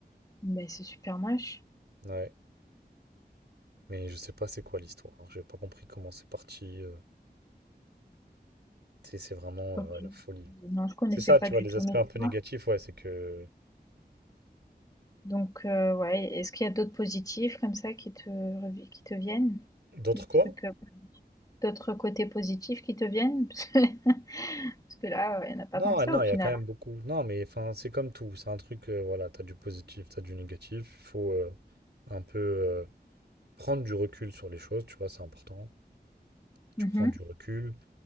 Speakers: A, on the left; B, on the right.
A: mais c'est super moche.
B: Ouais. Mais je sais pas c'est quoi l'histoire. hein. J'ai pas compris comment c'est parti, heu, c'est c'est vraiment,
A: Ok.
B: heu, ouais, la folie, hein.
A: Non, je connaissais
B: C'est ça,
A: pas
B: tu
A: du
B: vois, les
A: tout.
B: aspects
A: Mais
B: un
A: tu
B: peu
A: vois,
B: négatifs, ouais, c'est que
A: Donc, heu, ouais, est-ce qu'il y a d'autres positifs comme ça qui te revi qui te viennent?
B: d'autres
A: D'autres
B: quoi?
A: trucs, heu, d'autres côtés positifs qui te viennent? <laughs> Parce que parce que là, heu, il y en a pas
B: Non,
A: tant que
B: ah
A: ça
B: non,
A: au final.
B: il y a quand même beaucoup non, mais enfin, c'est comme tout, c'est un truc, heu, voilà, t'as du positif, t'as du négatif. Il faut, heu, un peu, heu, prendre du recul sur les choses, tu vois, c'est important. Tu
A: Mmh
B: prends du recul